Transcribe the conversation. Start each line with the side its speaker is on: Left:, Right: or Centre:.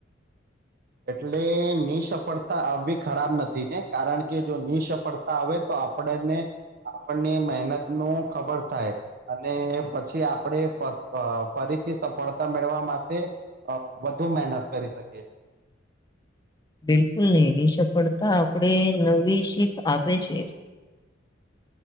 Right: એટલે નિસફળતા આવવી ખરાબ નથી ને કારણ કે જો નિસફળતા આવે તો આપણને આપણને મહેનત નું ખબર થાય અને પછી આપણે ફસ અ, ફરીથી સફળતા મેળવવા માટે અ વધુ મહેનત કરી શકે
Left: બિલકુલ નહી એની સફળતા આપણે નવી શીખ આપે છે